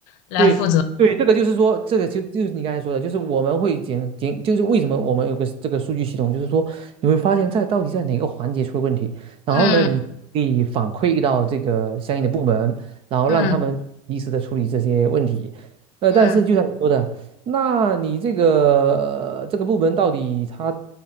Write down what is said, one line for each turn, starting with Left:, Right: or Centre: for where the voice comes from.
Left: 来负责。
Right: 对对，这个就是说，这个就就是你刚才说的，就是我们会检检，就是为什么我们有个这个数据系统，就是说你会发现在到底在哪个环节出了问题，然后呢，
Left: 嗯
Right: 你可以反馈到这个相应的部门，然后让他们及时的处理这些问题。
Left: 嗯
Right: 呃，
Left: 嗯，
Right: 但是就像你说的，那你这个、呃这个部门到底他，